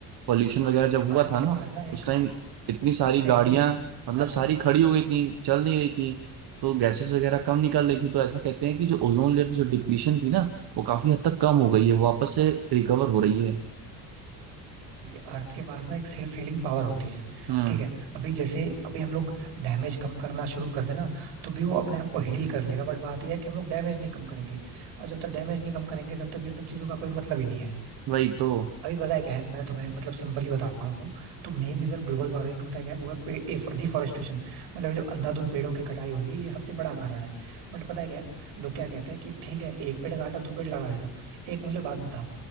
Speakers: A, on the right; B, on the right.
A: पॉल्यूशन वगैरह जब हुआ
B: अर्थ
A: था
B: के
A: ना
B: पास ना एक
A: उस टाइम
B: खुद
A: इतनी सारी
B: एग्जैक्टली
A: गाड़ियां मतलब
B: अर्थ
A: सारी
B: के पास
A: खड़ी
B: ना
A: हो गई थी चल नहीं रही थी तो गैसेस वगैरह कम निकल रही थी तो ऐसा कहते हैं कि जो ओजोन लेयर की जो डिप्लीशन थी ना वो काफी हद तक कम हो गई है वो वापस से रिकवर हो रही है
B: क्योंकि अर्थ के पास ना एक सेल्फ हीलिंग पावर होती है
A: हम्म
B: ठीक है अभी जैसे अभी हम लोग डैमेज कम करना शुरू कर देना तो भी वो अपने आप को हील कर लेगा बट बात यह है कि हम लोग डैमेज नहीं कम करेंगे और जब तक डैमेज नहीं कम करेंगे तब तक इन सब चीजों का कोई मतलब ही नहीं है
A: वही तो
B: अभी पता है क्या है मैं तुम्हें मतलब सिंपली बताऊं तो मेन रीजन ग्लोबल वार्मिंग का पता है क्या है वो है डिफॉरेस्टेशन मतलब ये जो अंधाधुंध पेड़ों की कटाई हो रही है ये सबसे बड़ा कारण है बट पता है क्या है लोग क्या कहते हैं कि ठीक है एक पेड़ काटा दो पेड़ लगा लेता हूँ एक मुझे बात बताओ